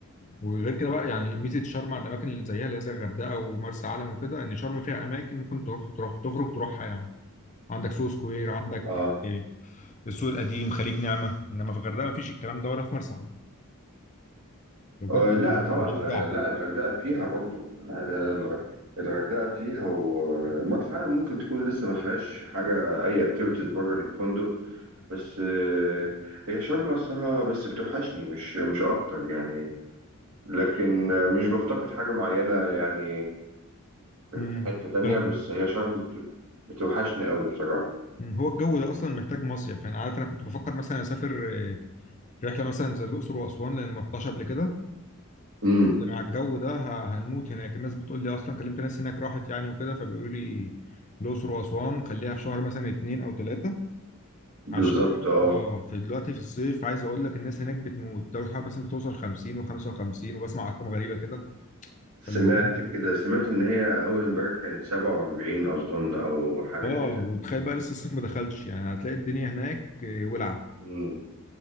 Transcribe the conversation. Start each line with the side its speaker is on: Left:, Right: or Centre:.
Left: وغير كده بقى يعني ميزة شرم على الأماكن اللي زيها اللي هي زي الغردقة ومرسى علم وكده إن شرم فيها أماكن ممكن تروح تروح تخرج تروحها يعني عندك سوق سكوير عندك
Right: اه
Left: إيه، السوق القديم خليج نعمه انما في الغردقه مفيش الكلام ده ولا في مرسى علم بجد
Right: آه، لا طبعا
Left: أشجعك
Right: لا الغردقه فيها برضو لا ده الغ- الغردقه فيها ومرسى علم ممكن تكون لسه ما فيهاش حاجه اي اكتيفيتيز بره الفندق بس آه، هي شرم اصلها بس بتوحشني مش مش اكتر يعني لكن آه، مش بفتقد حاجه معينه يعني
Left: أمم،
Right: في حته تانية
Left: فاهمك
Right: بس هي شرم بت- بتوحشني قوي بصراحه
Left: مم، هو الجو ده اصلا محتاج مصيف يعني عارف انا كنت بفكر مثلا اسافر آه، رحله مثلا زي الاقصر واسوان لان ما رحتهاش قبل كده
Right: امم
Left: بس مع الجو ده ه- هنموت هناك الناس بتقول لي اصلا كلمت ناس هناك راحت يعني وكده فبيقولوا لي الاقصر واسوان خليها في شهر مثلا اتنين او تلاته
Right: بالظبط
Left: عشان
Right: اه
Left: اه في دلوقتي في الصيف عايز اقول لك الناس هناك بتموت درجه الحراره مثلا بتوصل 50 و55 وبسمع ارقام غريبه كده
Right: سمعت
Left: فاللي هو
Right: كده سمعت إن هي أول امبارح كانت 47 أظن أو حاجة
Left: اه
Right: كده
Left: وتخيل بقى لسه الصيف ما دخلش يعني هتلاقي الدنيا هناك آه، ولعه
Right: مم.